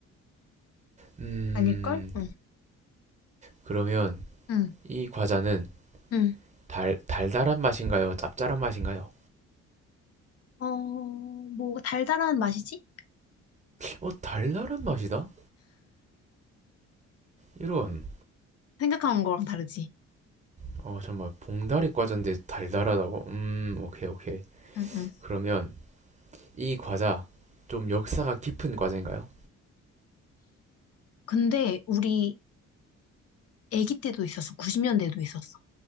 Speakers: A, on the right (about 25°); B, on the left (about 55°).
A: 음,
B: 아닐걸? 응.
A: 그러면
B: 응.
A: 이 과자는
B: 응.
A: 달, 달달한 맛인가요? 짭짤한 맛인가요?
B: 어, 뭐, 달달한 맛이지?
A: 어, 달달한 맛이다? 이런.
B: 생각한 거랑 다르지.
A: 어, 정말 봉다리 과자인데 달달하다고? 음, 오케이, 오케이.
B: 응, 응.
A: 그러면 이 과자 좀 역사가 깊은 과자인가요?
B: 근데 우리 아기 때도 있었어. 90년대에도 있었어.